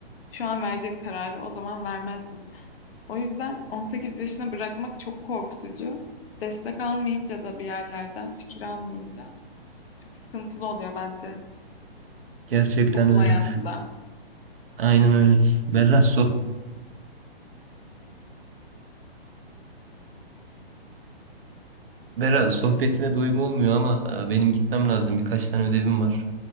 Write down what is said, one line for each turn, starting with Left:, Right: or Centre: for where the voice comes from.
Left: şu an vereceğim kararı o zaman vermezdim. O yüzden 18 yaşına bırakmak çok korkutucu. Destek almayınca da bir yerlerden fikir almayınca çok sıkıntılı oluyor bence
Right: Gerçekten
Left: okul
Right: öyle.
Left: hayatı da.
Right: Aynen öyle. Berra, soh Berra sohbetine doyum olmuyor ama e, benim gitmem lazım. Birkaç tane ödevim var.